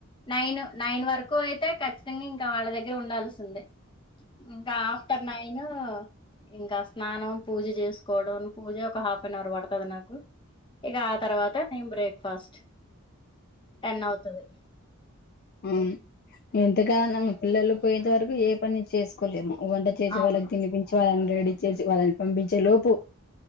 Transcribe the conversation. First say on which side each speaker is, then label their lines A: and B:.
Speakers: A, on the left; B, on the left.
A: నైన్ నైన్ వరకు అయితే ఖచ్చితంగా ఇంకా వాళ్ళ దగ్గర ఉండాల్సిందే ఇంకా ఆఫ్టర్ నైన్ ఇంకా స్నానం పూజ చేసుకోవడం పూజ ఒక హాఫ్ అన్ అవర్ పడుతుంది నాకు ఇక ఆ తర్వాత నేను బ్రేక్ఫాస్ట్ టెన్ అవుతది
B: అవును ఇంతగాదన మీ పిల్లలు పోయేంత వరకు ఏ పని చేసుకోలేము వంట చేసి
A: అవును
B: వాళ్ళకి తినిపించి వాళ్ళని రెడీ చేసి వాళ్ళని పంపించే లోపు